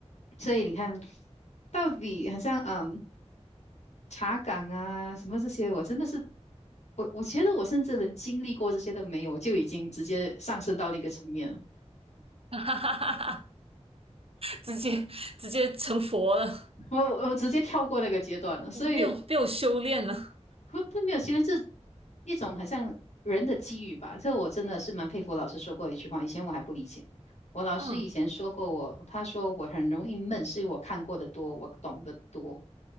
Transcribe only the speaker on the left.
所以你看，到底好像嗯查岗啊什么这些，我真的是我我觉得我甚至连经历过这些都没有，我就已经直接上升到另一个层面了，
我我直接跳过那个阶段了。所以
不不没有，其实这一种好像人的机遇吧，这我真的是蛮佩服。老师说过一句话，以前我还不理解。我老师以前说过我，
他说我很容易闷，是因为我看过的多，我懂得多。